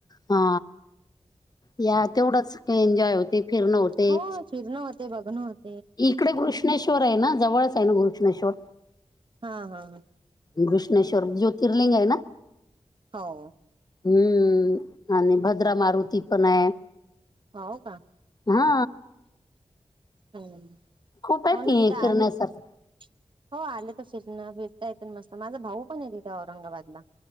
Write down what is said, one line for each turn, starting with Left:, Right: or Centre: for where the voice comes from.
Left: हा या तेवढंच एन्जॉय होते फिरणं होते
Right: हो फिरण होते बघण होत
Left: इकडे घृष्णेश्वर आहे ना जवळच आहे ना घृष्णेश्वर
Right: हा हा
Left: घृष्णेश्वर जोतिर्लिंग आहे ना
Right: हो
Left: हम्म आणि भद्रा मारुती पण हाय
Right: हो का
Left: हा
Right: हम्म
Left: खूप आहे
Right: होन
Left: फि
Right: <unintelligible> आलेच
Left: फिरण्यासारखं
Right: हो आले तर फिरण फिरता येत मस्त माझा भाऊ पण आहे तिथे औरंगाबादला